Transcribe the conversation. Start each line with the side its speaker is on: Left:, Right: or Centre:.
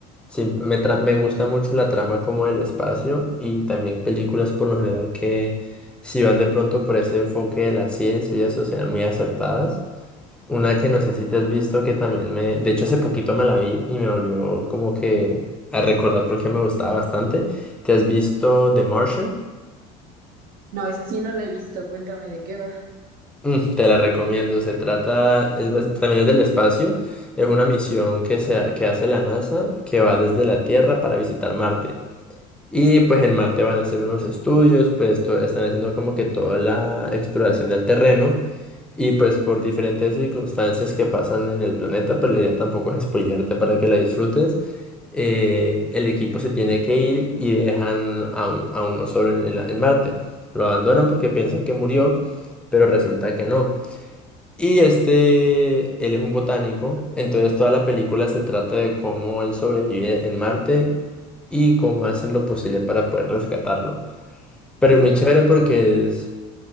Centre: Siem- me, tra- me gusta mucho la trama como del espacio y también películas por lo general que si van de pronto por ese enfoque de la ciencia y eso sean muy acertadas. Una que no sé si te has visto que también me... De hecho, hace poquito me la vi y me volvió como que a recordar porque me gustaba bastante. ¿Te has visto The Martian?
Right: No, esa sí no la he visto. Cuéntame de qué va.
Centre: Mm, Te la recomiendo. Se trata, es basi- también es del espacio. Es una misión que, se, ha- que hace la NASA que va desde la Tierra para visitar Marte. Y pues en Marte van a hacer unos estudios, pues to- están haciendo como que toda la exploración del terreno. Y pues por diferentes circunstancias que pasan en el planeta, pero la idea tampoco es spoilearte para que la disfrutes. eh, el equipo se tiene que ir y dejan a, un- a uno solo en en la- en Marte. Lo abandonan porque piensan que murió, pero resulta que no. Y este, él es un botánico, entonces toda la película se trata de cómo él sobrevive en Marte y cómo hacen lo posible para poder rescatarlo. Pero
Right: Oh,
Centre: es muy chévere porque es